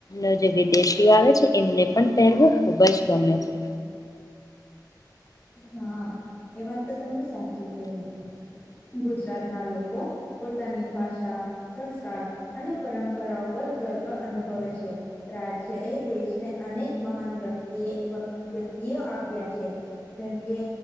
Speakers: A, on the left; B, on the left.
A: ઉ જે વિદેશીઓ આવે છે એમને પણ પહેરવું ખુબ જ ગમે છે.
B: હા, એ વાત તો તમે સાચી કહી. ગુજરાતના લોકો પોતાની ભાષા, સંસ્કાર અને પરંપરાઓ પર ગર્વ અનુભવે છે. રાજ્ય એ દેશને અનેક મહાન વ્યક્તિએ વ્યક્તિઓ આપ્યા છે. જેમ કે